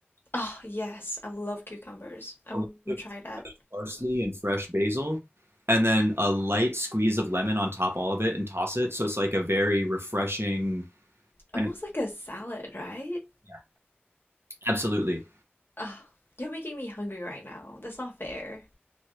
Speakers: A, on the left; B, on the right.
A: Oh, yes, I love cucumbers. I'm
B: a little
A: gonna
B: bit
A: try
B: of
A: that.
B: fresh parsley and fresh basil, and then a light squeeze of lemon on top all of it and toss it. So it's like a very refreshing
A: Almost
B: kind of,
A: like a salad, right?
B: yeah, absolutely.
A: Oh, you're making me hungry right now. That's not fair.